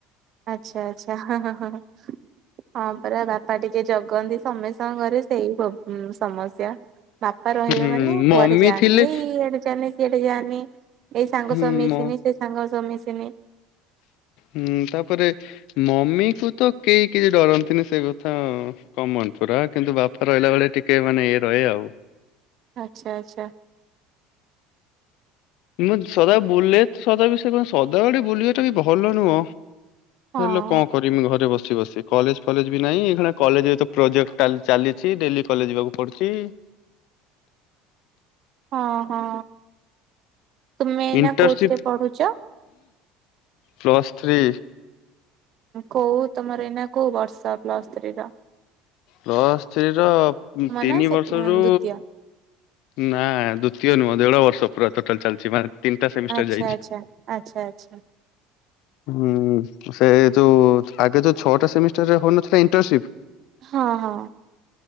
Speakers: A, on the right; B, on the left.
A: ଆଚ୍ଛା ଆଚ୍ଛା ହଁ ହଁ ହଁ। ହଁ ପରା ବାପା ଟିକେ ଜଗନ୍ତି ସମେସ୍ତଙ୍କ ଘରେ ସେଇ ସମସ୍ୟା। ବାପା ରହିବେ
B: ହୁଁ
A: ମାନେ
B: ମମି
A: କୁଆଡେ ଯାନି
B: ଥିଲେ
A: ଏଇ ଇଆଡେ ଯାନି ସିଆଡେ ଯାନି। ଏଇ ସାଙ୍ଗ
B: ହୁଁ
A: ସହବୁ ମିଶନି
B: ମ
A: ସେ ସାଙ୍ଗ ସହ ମିଶନି।
B: ହଁ ହୁଁ ତାପରେ ମମିକୁ ତ କେହି କିଛି ଡରନ୍ତିନି ସେ କଥା କମନ ପୁରା। କିନ୍ତୁ ବାପା ରହିଲାବେଳେ ଟିକେ ମାନେ ଇଏ ରହେ ଆଉ।
A: ଆଚ୍ଛା ଆଚ୍ଛା।
B: ମୁଁ ସଦା ବୁଲେ ସଦା ବିଷୟରେ ସଦାବେଳେେ ବୁଲିବାଟା ବି ଭଲ ନୁହଁ।
A: ହଁ।
B: ହେଲେ କଣ କରମି ଘରେ ବସି ବସି ବସି କଲେଜ ଫଲେଜ ବି ନାହିଁ ଏଖିନା କଲେଜରେ ତପ୍ରୋଜେକ୍ଟ ଚାଲିଛି ଡେଲି କଲେଜ ଯିବାକୁ ପଡୁଛି। <inaudible>
A: ହଁ ହଁ, ତୁମେ ଏଇନା
B: ଇଣ୍ଟରସିପ
A: କୋଉଥିରେ ପଢୁଛ?
B: Plus three.
A: କୋଉ ତମର ଏଇନା କୋଉ ବର୍ଷ ପ୍ଲୁସ ଥ୍ରୀର?
B: ପ୍ଲସ୍ ଥ୍ରୀର ତିନି
A: ନା ସେକେ
B: ବର୍ଷରୁ
A: ଦ୍ଵିତୀୟ?
B: ନା ଦ୍ଵିତୀୟ ନୁହଁ ଦେଢ ବର୍ଷ ପୁରା ଟୋଟାଲ ଚାଲିଛି ମାନେ। ତିନିଟା ସେମିଷ୍ଟାର
A: ଆଚ୍ଛା
B: ଯାଇଛି।
A: ଆଚ୍ଛା ଆଛା ଆଛା।
B: ହୁଁ ସେ ଯୋଉ ଆଗ ଯୋଉ ଛଅଟା ସେମିଷ୍ଟାର ରେ ହଉନଥିଲା ଇଣ୍ଟରସିପ୍।
A: ହଁ ହଁ।